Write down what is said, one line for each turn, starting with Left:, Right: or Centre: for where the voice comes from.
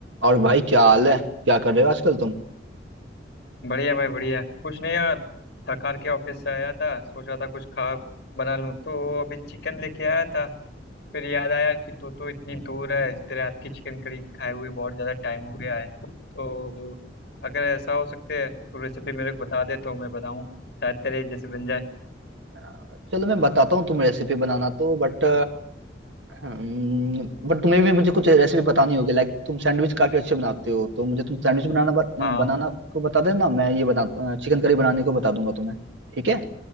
Right: और भाई क्या हाल है क्या कर रहे हो आजकल तुम
Left: बढ़िया भाई बढ़िया कुछ नहीं यार थक हार के ऑफिस से आया था सोचा था कुछ खा बना लूं तो अभी चिकन लेके आया था फिर याद आया कि तू तो इतनी दूर है तेरे हाथ की चिकन करी खाए हुए बहुत ज़्यादा टाइम हो गया है तो अगर ऐसा हो सकते है तू रेसिपी मेरे को बता दे तो मैं बताऊं शायद तेरे जैसे बन जाए
Right: अ, चलो मैं बताता हूँ तुम रेसिपी बनाना तो बट बट तुम्हें भी मुझे कुछ रेसिपी बतानी होगी लाइक तुम सैंडविच काफी अच्छे बनाते हो तो मुझे तुम सैंडविच बनाना बत, बनाना
Left: हाँ
Right: को बता देना मैं ये बना चिकन करी बनाने को बता दूंगा तुम्हें ठीक है